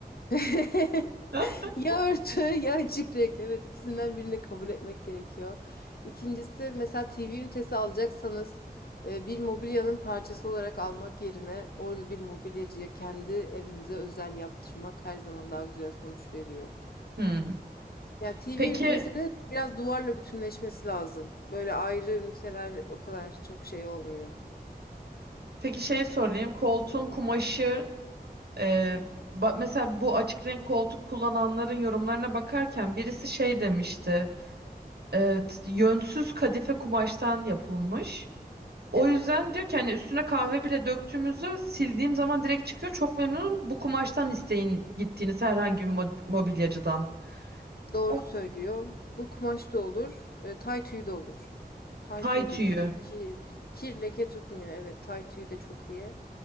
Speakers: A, on the left; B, on the right.
A: <laughs>
B: <laughs>
A: Ya örtü ya açık renk. Evet ikisinden birini kabul etmek gerekiyor. İkincisi mesela TV ünitesi alacaksanız e, bir mobilyanın parçası olarak almak yerine orada bir mobilyacıya kendi evinize özel yaptırmak her zaman daha güzel sonuç veriyor.
B: Hmm.
A: Yani TV
B: Peki,
A: ünitesinin biraz duvarla bütünleşmesi lazım. Böyle ayrı üniteler o kadar çok şey olmuyor.
B: peki şeyi sorayım. Koltuğun kumaşı,
A: Hı.
B: e, ba- mesela bu açık renk koltuk kullananların yorumlarına bakarken birisi şey demişti. E, t- yönsüz kadife kumaştan yapılmış. O
A: Evet.
B: yüzden diyor ki hani üstüne kahve bile döktüğümüzde sildiğim zaman direkt çıkıyor. Çok memnunum. Bu kumaştan isteyin gittiğiniz herhangi bir mo- mobilyacıdan.
A: Doğru
B: O
A: söylüyor. Bu kumaş da olur. E, tay tüyü de olur. Tay
B: tay
A: tüyü
B: tüyü.
A: de ki, kir leke tutmuyor. Evet tay tüyü de çok iyi.